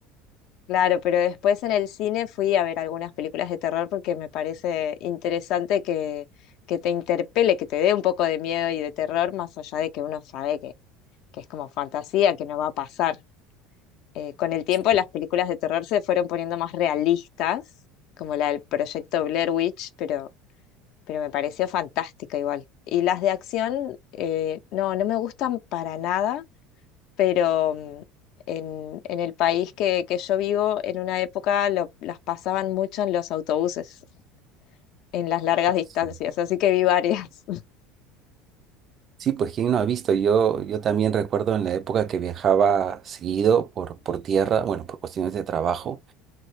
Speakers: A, on the left (about 60°); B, on the right (about 45°).
A: Claro, pero después en el cine fui a ver algunas películas de terror porque me parece interesante que, que te interpele, que te dé un poco de miedo y de terror, más allá de que uno sabe que, que es como fantasía, que no va a pasar. Eh, con el tiempo
B: Sí.
A: las películas de terror se fueron poniendo más realistas, como la del proyecto Blair Witch, pero, pero me pareció fantástica igual. Y las de acción, eh, no, no me gustan para nada pero mm, en, en el país que, que yo vivo, en una época lo- las pasaban mucho en los autobuses, en las largas
B: oh,
A: distancias,
B: Sí,
A: así que vi varias.
B: Sí, pues quién no ha visto, yo, yo también recuerdo en la época que viajaba seguido por, por tierra, bueno, por cuestiones de trabajo,